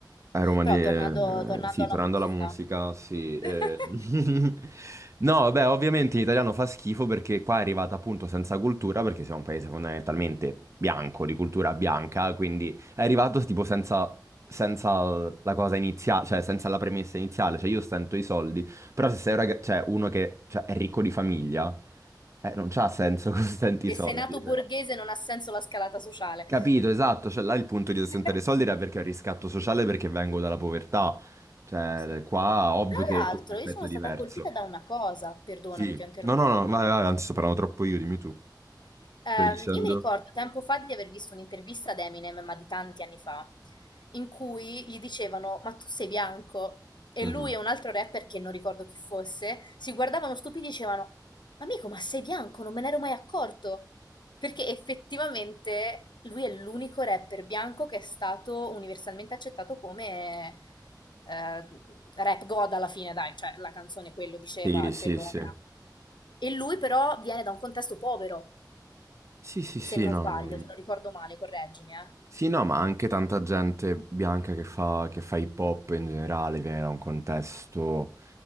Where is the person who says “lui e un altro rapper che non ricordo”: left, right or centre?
Left